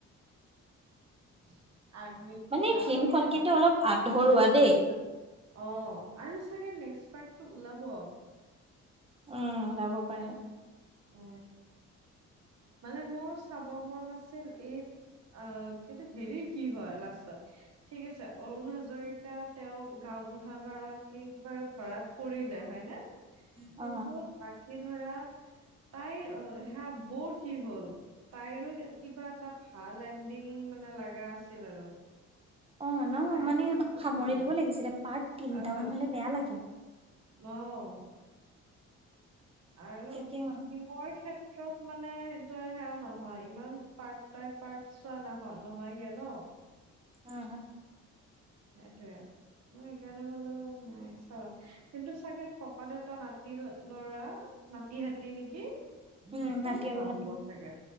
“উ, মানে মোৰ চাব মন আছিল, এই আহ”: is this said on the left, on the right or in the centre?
Right